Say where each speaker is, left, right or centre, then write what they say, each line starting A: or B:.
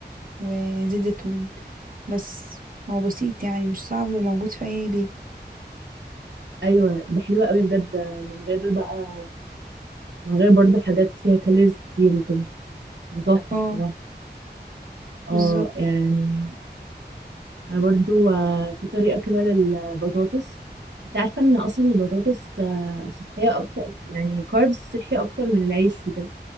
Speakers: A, on the right; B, on the right.
A: وزيت زيتون بس هو بسيط يعني مش صعب وموجود في اي بيت
B: أيوة ده حلوة قوي بجد من غير بقى من غير برضو حاجات فيها كالوريز كتير وكده بتحفة
A: اه
B: بصراحة اه
A: بالظبط
B: يعني انا برضو آه، في طريقة كده للبطاطس انت عارفة ان اصلا البطاطس آه، صحية اكتر يعني كاربس صحي اكتر من العيش وكده